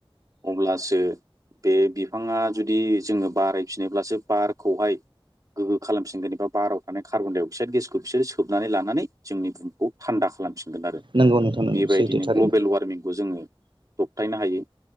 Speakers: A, on the right; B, on the right.
A: अब्लासो बे बिफाङा जुदि जोङो बारायफिनोब्लासो बारखौहाय गोगो खालामफिनगोन एबा बाराव थानाय कार्बन डाइ अक्साइड गेसखौ बिसोरो सोबनानै लानानै जोंनि बहखौ थान्दा खालामफिन गोन आरो
B: नंगौ नोंथां नंगौ
A: बेबायदिनो
B: सैथो थारैनो
A: ग्लबेल वार्मिंखौ जोङो दबथायनो हायो